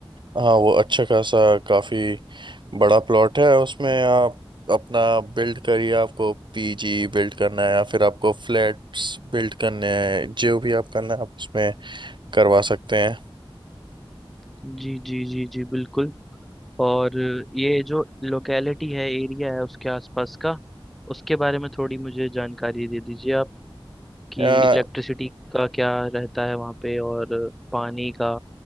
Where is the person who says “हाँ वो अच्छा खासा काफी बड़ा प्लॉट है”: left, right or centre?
Right